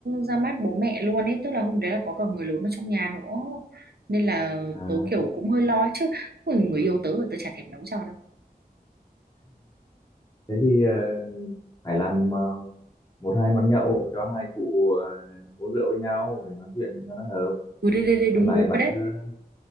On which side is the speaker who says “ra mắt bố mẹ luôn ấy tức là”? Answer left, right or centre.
Right